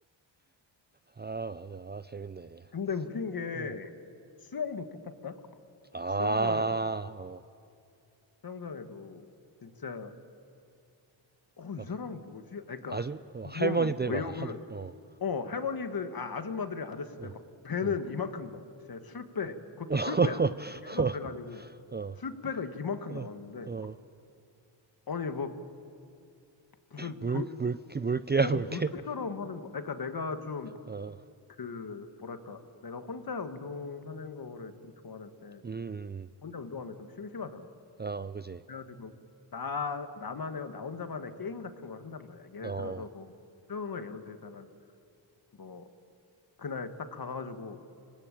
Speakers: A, on the right; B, on the left.
A: 아, 맞아. 아, 재밌네.
B: 근데 웃긴 게
A: 음.
B: 수영도 똑같다.
A: 아,
B: 수영장에도
A: 어,
B: 수영장에도 진짜 어 이
A: 막
B: 사람은 뭐지? 아 그러니까
A: 아주, 어,
B: 몸
A: 할머니들
B: 외형은
A: 막 아주, 어,
B: 어 할머니들 아 아줌마들이 아저씨들
A: 어,
B: 막 배는
A: 어.
B: 이만큼 나왔어. 진짜 술배 그것도
A: <laughs>
B: 술배야. 막 일반 배가 아니고
A: 어,
B: 술배가 이만큼
A: 어,
B: 나왔는데
A: 어,
B: 아니 뭐 무슨
A: 물,
B: 돌
A: 물, 물개야,
B: 어,
A: 물개?
B: 물교처럼 하는 거. 아, 그러니까 내가 좀
A: 어,
B: 그, 뭐랄까, 내가 혼자 운동하는 거를 좀 좋아하는데,
A: 음,
B: 혼자 운동하면 좀 심심하잖아.
A: 음. 어, 그지.
B: 그래가지고, 나, 나만의, 나 혼자만의 게임 같은 걸 한단 말이야. 예를
A: 어,
B: 들어서 뭐, 수영을 예로 들자면, 뭐, 그날 딱 가가지고